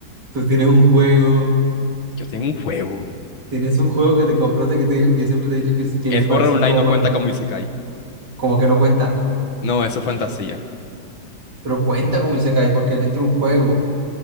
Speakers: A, on the right; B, on the left.
A: Tú tienes un juego.
B: Yo tengo un juego.
A: Tienes un juego que te compraste que te dijo, que siempre te he dicho que, es- que me
B: Sword
A: parece
B: Art Online
A: un juego
B: no
A: malo.
B: cuenta como Isekai.
A: Como que no cuenta.
B: No, eso es fantasía.
A: Pero cuenta como Isekai porque le entra un juego